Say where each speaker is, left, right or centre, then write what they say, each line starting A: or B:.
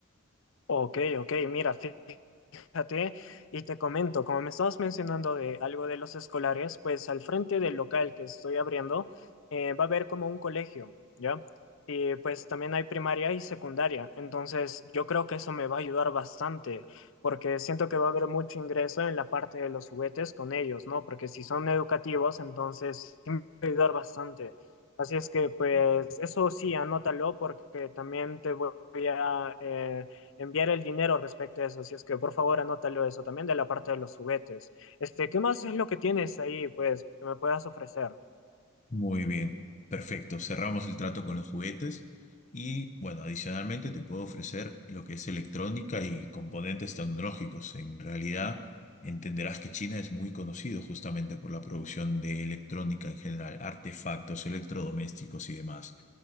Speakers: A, on the left; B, on the left.
A: Ok, ok, mira, fíjate. fíjate, y te comento, como me estabas mencionando de algo de los escolares, pues al frente del local que estoy abriendo eh, va a haber como un colegio, ¿ya? Y pues también hay primaria y secundaria, entonces yo creo que eso me va a ayudar bastante, porque siento que va a haber mucho ingreso en la parte de los juguetes con ellos, ¿no? Porque si son educativos, entonces sí me va a ayudar bastante. Así es que pues eso sí, anótalo porque también te voy a... eh, enviar el dinero respecto a eso. Así es que por favor anótalo eso también de la parte de los juguetes. Este, ¿qué más es lo que tienes ahí, pues, que me puedas ofrecer?
B: Muy bien, perfecto. Cerramos el trato con los juguetes y, bueno, adicionalmente te puedo ofrecer lo que es electrónica y componentes tecnológicos. En realidad, entenderás que China es muy conocido justamente por la producción de electrónica en general, artefactos, electrodomésticos y demás.